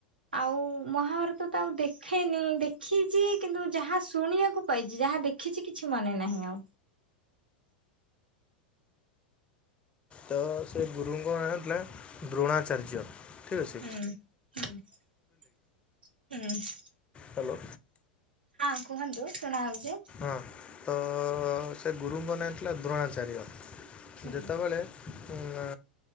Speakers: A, on the right; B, on the left.
A: ଆଉ ମହାଭାରତ ତ ଆଉ ଦେଖେନି ଦେଖିଚି କିନ୍ତୁ ଯାହା ଶୁଣିଆକୁ ପାଇଚି ଯାହା ଦେଖ୍ ଖିଚି କିଛି ମନେ ନାହିଁ ଆଉ।
B: ତ ସେ ଗୁରୁଙ୍କ ନାଁ ଥିଲା ଦ୍ରୋଣାଚାର୍ଯ୍ୟ। ଠିକ୍ ଅଛି
A: ହୁଁ ହୁଁ ହୁଁ।
B: ହାଲୋ
A: ହଁ କୁହନ୍ତୁ ଶୁଣା ଆଉଚି।
B: ହଁ ତ ସେ ଗୁରୁଙ୍କ ନାଁ ଥିଲା ଦ୍ରୋଣାଚାର୍ଯ୍ୟ।
A: ହୁଁ
B: ଯେତେବେଳେ <inaudible> ଅଁ